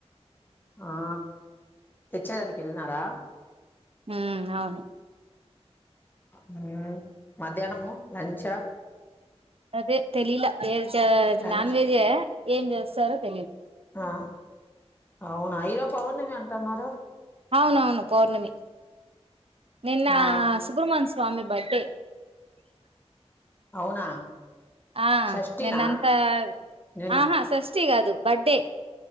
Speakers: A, on the left; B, on the right.
A: ఆ తెచ్చేదానికి వెళ్ళినారా
B: హ్మ అవును
A: మ్మ మధ్యాహ్నం లంచ్ఆ
B: అదే తెలీలా ఏ ఇ
A: లంచ్
B: నాన్ వెజే ఎ ఏం చేస్తారో తెలియదు
A: ఆ అవున ఈరోజు పౌర్ణమి అం అన్నారు
B: అవునవును పౌర్ణమి నిన్న
A: ఆ
B: సుబ్ర్మణ్య స్వామి బడ్డే
A: అవునా
B: ఆ
A: షష్ఠినా
B: నీన్నంతా
A: నిన్న
B: ఆహా సస్ కాదు బర్డే